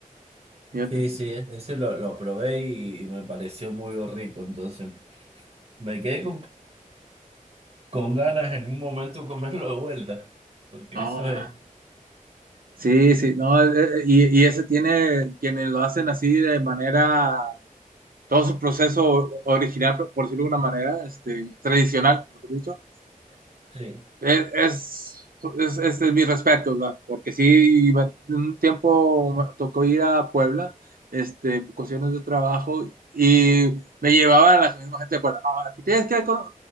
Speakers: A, on the right; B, on the right.
A: Fíjate.
B: Sí, sí, ese lo, lo probé y, y me pareció muy rico. Entonces, me quedé con, con ganas en un momento comerlo de vuelta. Porque
A: No,
B: eso es.
A: sí, sí, no, eh, eh, y, y ese tiene quienes lo hacen así de manera, todo su proceso original, por por decirlo de una manera, este, tradicional, mejor dicho,
B: Sí.
A: Es, es, es, es- es mi respeto, ¿verdad? Porque sí, iba- un tiempo me tocó ir a Puebla, este, por cuestiones de trabajo, y me llevaban a la misma gente de Puebla. No, aquí tienes que cono-